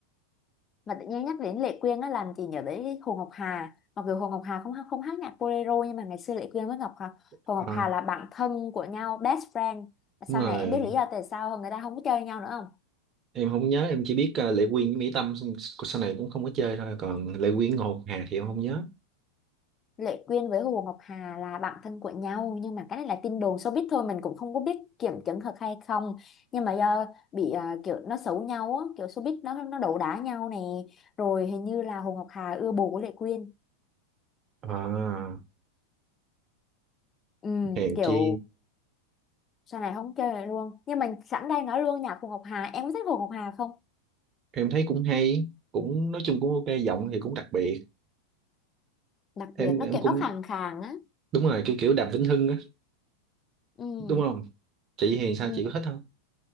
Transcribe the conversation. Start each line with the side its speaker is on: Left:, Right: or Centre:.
Left: mà tự nhiên nhắc đến Lệ Quyên á làm chị nhớ đến Hồ Ngọc Hà mặc dù Hồ Ngọc Hà không hát- không hát nhạc bolero nhưng mà ngày xưa Lệ Quyên với Ngọc Hà Hồ
Right: Ờ,
Left: Ngọc Hà là bạn thân của nhau best friend sau
Right: đúng rồi
Left: này em biết lý do tại sao người ta không có chơi nhau nữa không
Right: em không nhớ em chỉ biết ờ, Lệ Quyên với Mỹ Tâm xong- sau này cũng không có chơi thôi còn Lệ Quyên Ngọc Hà thì em không nhớ
Left: Lệ Quyên với Hồ Ngọc Hà là bạn thân của nhau nhưng mà cái này là tin đồn showbiz thôi mình cũng không có biết kiểm chứng thật hay không nhưng mà do bị à, kiểu nó xấu nhau á kiểu showbiz nó nó đấu đá nhau này rồi hình như là Hồ Ngọc Hà ưa bồ của Lệ Quyên
Right: à,
Left: ừ,
Right: Hèn
Left: kiểu
Right: Chi
Left: sau này không chơi lại luôn nhưng mà sẵn đây nói luôn nhạc Hồ Ngọc Hà em có thích Hồ Ngọc Hà không
Right: em thấy cũng hay cũng nói chung cũng ok giọng thì cũng đặc biệt
Left: đặc
Right: em
Left: biệt
Right: em
Left: nó kiểu
Right: cũng
Left: nó khàn khàn á
Right: đúng rồi kiểu kiểu Đàm Vĩnh Hưng á
Left: ừ,
Right: đúng không chị thì sao
Left: ừ.
Right: chị có thích không